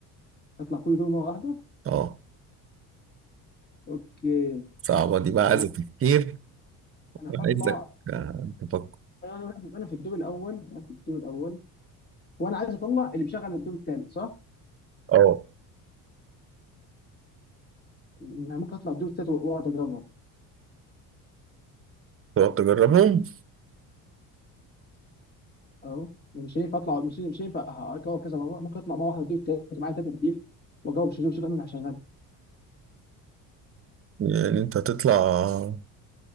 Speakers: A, on the left; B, on the right.
A: أطلع كل دور مرة واحدة
B: اه
A: أوكي
B: صعبة دي بقى عايزة
A: أنا
B: تفكير
A: أنا
B: وعايزك
A: هطلع
B: آه، تفكر
A: أنا أنا في الدور الأول أنا في الدور الأول وأنا عايز أطلع اللي مشغل الدور التالت صح؟
B: اه
A: أنا ممكن أطلع الدور التالت وأقعد أجربها
B: تقعد تجربهم
A: اهو مش هينفع اطلع مش مش هينفع اجاوب كذا مره ممكن اطلع مره واحده بدي التالت معايا تلاته كتير واجاوب شوف شوف انا عشان غني
B: يعني انت هتطلع